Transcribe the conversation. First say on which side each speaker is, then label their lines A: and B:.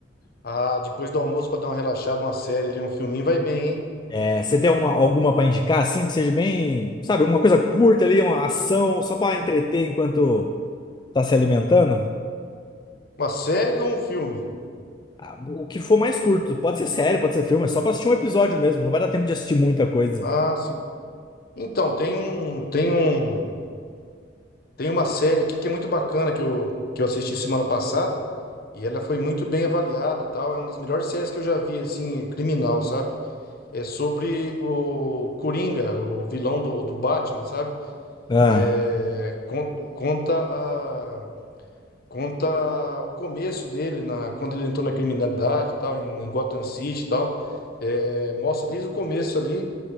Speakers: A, on the left (about 55°); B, on the left (about 25°).
A: Ah, depois do almoço pra dar uma relaxada, uma série ali, um filminho, vai bem, hein?
B: é, você tem uma- alguma para indicar, assim, que seja bem, sabe, alguma coisa curta ali, uma ação, só para entreter enquanto tá se alimentando?
A: Uma série ou um filme?
B: Ah, O que for mais curto. Pode ser série, pode ser filme, é só para assistir um episódio mesmo. Não vai dar tempo de assistir muita coisa.
A: Ah, sim. Então, tem um, tem um, tem uma série aqui que é muito bacana que eu, que eu assisti semana passada e ela foi muito bem avaliada, e tal. É uma das melhores séries que eu já vi, assim, criminal, sabe? É sobre o Coringa, o vilão do, do Batman, sabe?
B: Ah.
A: É, con- conta a- conta o começo dele na quando ele entrou na criminalidade e tal em, em Gotham City e tal É, mostra desde o começo ali